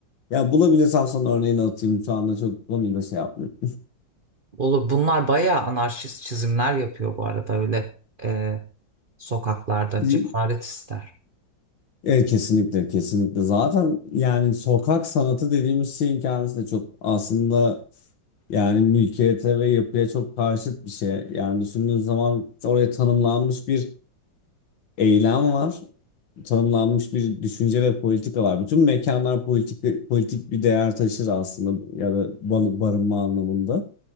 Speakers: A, on the left; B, on the right.
A: Ya bulabilirsem sana örneğini atayım. Şu anda çok konuyla şey yapmıyorum.
B: Olur. Bunlar bayağı anarşist çizimler yapıyor bu arada öyle e, sokaklarda
A: <laughs>
B: cesaret ister.
A: Evet kesinlikle kesinlikle. Zaten yani sokak sanatı dediğimiz şeyin kendisi de çok aslında yani mülkiyete ve yapıya çok karşıt bir şey. Yani düşündüğün zaman oraya tanımlanmış bir eylem var. Tanımlanmış bir düşünce ve politika var. Bütün mekanlar politik, politik bir değer taşır aslında ya da bar- barınma anlamında.